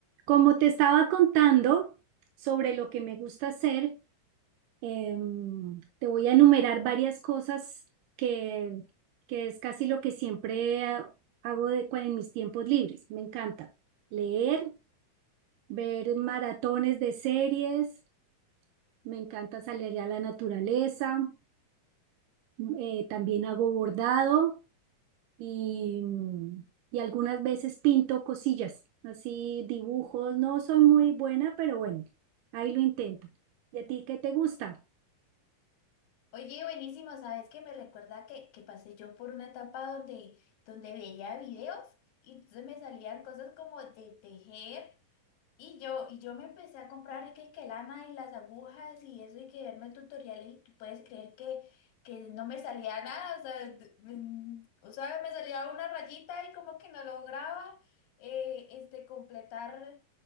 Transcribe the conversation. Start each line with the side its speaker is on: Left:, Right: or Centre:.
Right: Como te estaba contando sobre lo que me gusta hacer, em, te voy a enumerar varias cosas que, que es casi lo que siempre ha- hago de, cua- en mis tiempos libres. Me encanta leer, ver maratones de series, me encanta salir a la naturaleza, m- eh, también hago bordado. y, mm, y algunas veces pinto cosillas, así dibujos. No soy muy buena, pero bueno, ahí lo intento. ¿Y a ti qué te gusta?
Left: Oye, buenísimo, ¿sabes qué? Me recuerda que, que pasé yo por una etapa donde, donde veía videos y entonces me salían cosas como de tejer y yo, y yo me empecé a comprar que, que lana y las agujas y eso y que verme tutoriales y tú puedes creer que, que no me salía nada, o sea, d- mm, o sea, me salía una rayita y como que no lograba eh, este, completar